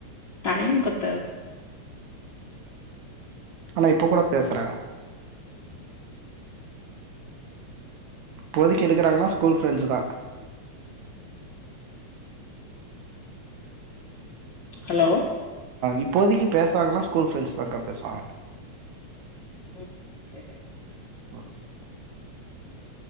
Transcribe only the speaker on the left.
டைம் பத்தாது
ஹலோ
உம் செரி